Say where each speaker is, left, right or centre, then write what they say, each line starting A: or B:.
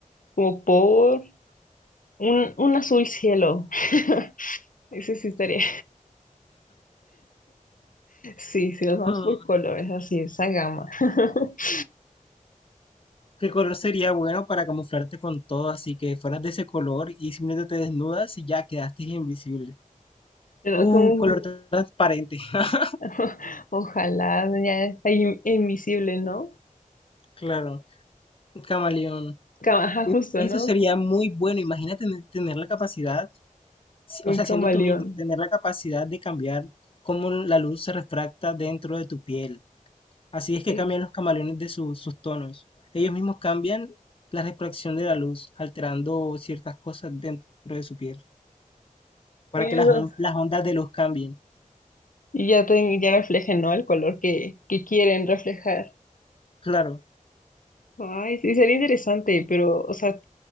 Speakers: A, on the left; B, on the left.
A: como por un, un azul cielo. <laughs> Ese sí estaría. <laughs> Sí, si nos vamos
B: <laughs>
A: por colores, así, esa gama. <laughs>
B: ¿Qué color sería bueno para camuflarte con todo? Así que fueras de ese color y simplemente te desnudas y ya quedaste invisible.
A: Pero
B: Uh,
A: como, un-
B: color transparente. <laughs>
A: <laughs> ojalá ya es in- invisible, ¿no?
B: Claro, camaleón.
A: Cam- Ajá,
B: Uh,
A: justo,
B: eso
A: ¿no?
B: sería muy bueno. Imagínate tener tener la capacidad, si-
A: Un
B: o sea,
A: camaleón.
B: siendo tú misma, tener la capacidad de cambiar cómo la luz se refracta dentro de tu piel. Así es que
A: Eh,
B: cambian los camaleones de su- sus tonos. Ellos mismos cambian la refracción de la luz, alterando ciertas cosas dentro de su piel, para
A: Sí,
B: que
A: esos-
B: las, on- las ondas de luz cambien.
A: Y ya, te, ya reflejen, ¿no? El color que, que quieren reflejar.
B: Claro,
A: Ay, sí, sería interesante, pero, o sea,